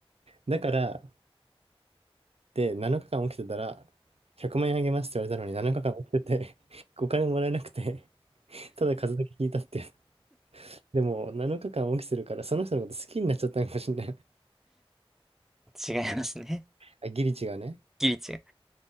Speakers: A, on the right; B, in the centre.
A: だから、で、7日間起きてたら、100万円あげますって言われたのに7日間起きてて、<laughs> お金もらえなくて、ただ数だけ聞いたって。<laughs> でも、7日間オきするから、その人のこと好きになっちゃったのかもしれない。
B: 違いますね。
A: <laughs> あ、ギリ違うね。
B: ギリ違う。